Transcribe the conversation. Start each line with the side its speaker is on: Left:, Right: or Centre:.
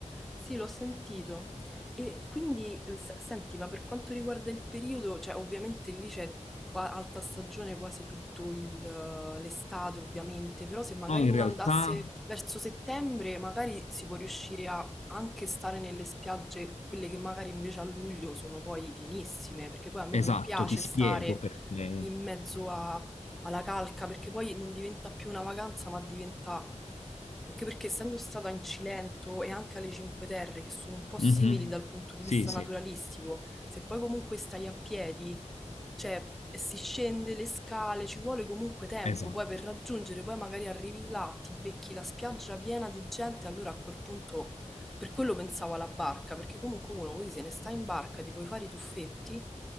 Centre: Sì, l'ho sentito. E quindi, eh, s- senti, ma per quanto riguarda il periodo, cioè ovviamente lì c'è qua- alta stagione quasi tutto il, eh, l'estate, ovviamente, però se magari
Left: No, in
Centre: uno
Left: realtà,
Centre: andasse verso settembre, magari si può riuscire a anche stare nelle spiagge, quelle che magari invece a luglio sono poi pienissime, perché poi a me
Left: esatto,
Centre: non piace
Left: ti spiego
Centre: stare
Left: perché.
Centre: in mezzo a alla calca, perché poi non diventa più una vacanza, ma diventa... Anche perché essendo stata in Cilento e anche alle Cinque Terre, che sono un po' simili
Left: Mhm.
Centre: dal punto di
Left: Sì,
Centre: vista
Left: sì,
Centre: naturalistico, se poi comunque stai a piedi... Cioè, si scende le scale, ci vuole comunque tempo
Left: esatto.
Centre: poi per raggiungere, poi magari arrivi là, ti becchi la spiaggia piena di gente, allora a quel punto, per quello pensavo alla barca, perché comunque uno così se ne sta in barca, ti puoi fare i tuffetti